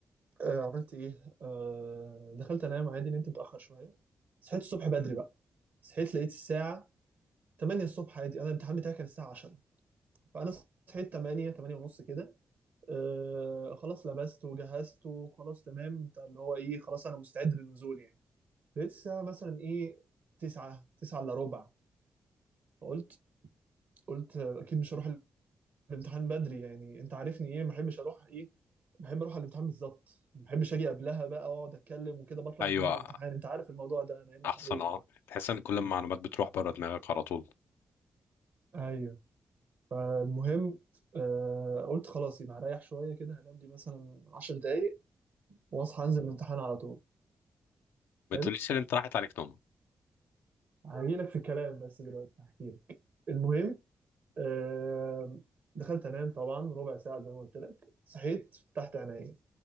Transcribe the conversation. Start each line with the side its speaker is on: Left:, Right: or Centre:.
Right: آه عملت ايه آه دخلت انام عادي نمت متأخر شوية صحيت الصبح بدري بقى صحيت لقيت الساعة 8 الصبح عادي انا الامتحان بتاعي كان الساعة 10 فانا صحيت 8 8 ونص كده آه خلاص لبست وجهزت وخلاص تمام بتاع اللي هو ايه خلاص انا مستعد للنزول يعني لقيت الساعة مثلا إيه تسعة تسعة إلا ربع فقلت قلت أكيد مش هروح الامتحان بدري يعني أنت عارفني إيه ما بحبش أروح إيه بحب أروح على الامتحان بالظبط ما بحبش أجي قبلها بقى وأقعد أتكلم وكده بطلع
Left: ايوه
Right: من مود الامتحان أنت عارف الموضوع ده أنا قايل لك
Left: احسن
Right: عليه
Left: اه تحس ان كل المعلومات بتروح بره دماغك على طول
Right: ايوه المهم آه قلت خلاص يبقى هريح شويه كده هنام دي مثلا 10 دقايق واصحى انزل الامتحان على طول
Left: ما
Right: حلو
Left: تقوليش ان انت راحت عليك نوم
Right: هجي لك في الكلام بس دلوقتي هحكي لك المهم آه، دخلت انام طبعا ربع ساعه زي ما قلت لك صحيت فتحت عيني